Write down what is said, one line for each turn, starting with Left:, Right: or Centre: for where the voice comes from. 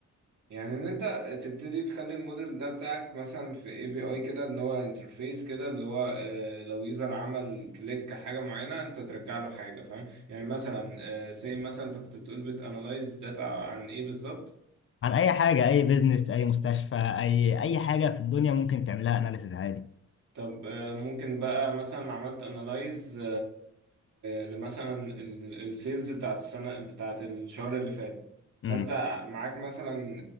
Right: يعني ان انت تبتدي تخلي الموديل ده بتاعك مثلا في اي بي اي كده ان هو انترفيس كده اللي هو آه، لو يوزر عمل كليك حاجه معينه انت ترجع له حاجه فاهم يعني مثلا سي مثلا انت كنت بتقول بتانلايز داتا عن ايه بالظبط
Left: عن اي حاجه اي بيزنس اي مستشفى اي اي حاجه في الدنيا ممكن تعملها اناليسز عادي
Right: طب آه، ممكن بقى مثلا عملت انالايز لمثلا السيلز بتاعت السنة بتاعت الشهر اللي فات
Left: امم
Right: فانت معاك مثلا